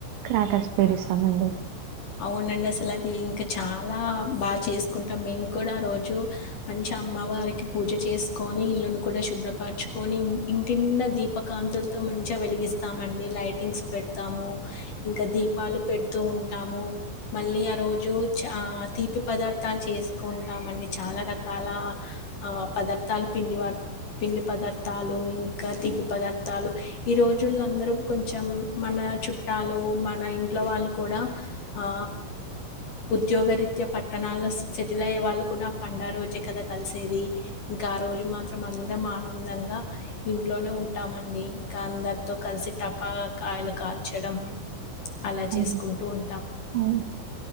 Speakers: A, on the right; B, on the left.
A: క్రాకర్స్ పేరుస్తామండి
B: అవునండి అసలు అది ఇంకా చాలా బాగా చేసుకుంటాం. మేము కూడా రోజు మంచి అమ్మవారికి పూజ చేసుకొని, ఇల్లును కూడా శుభ్రపరచుకొని, ఇంటినిండా దీపకాంతులతో మంచిగా వెలిగిస్తామండి. లైటింగ్స్ పెడతాము ఇంకా దీపాలు పెడుతూ ఉంటాము. మళ్ళీ ఆ రోజు చ తీపి పదార్థాలు చేసుకుంటామండి చాలా రకాల ఆ పదార్థాలు పిండి పిండి పదార్థాలు ఇంకా తీపి పదార్థాలు ఈ రోజులో అందరూ కొంచెం మన చుట్టాలు మన ఇంట్లో వాళ్ళు కూడా ఆ ఉద్యోగ రీత్యా పట్టణాల్లో సెటిల్ అయ్యే వాళ్ళు కూడా పండగ రోజే కదా కలిసేది. ఇంకా ఆ రోజు మాత్రం అందరం ఆనందంగా ఇంట్లోనే ఉంటామండి. ఇంకా అందరితో కలిసి టపాకాయలు కాల్చడం అలా
A: అవును
B: చేసుకుంటూ ఉం
A: అవును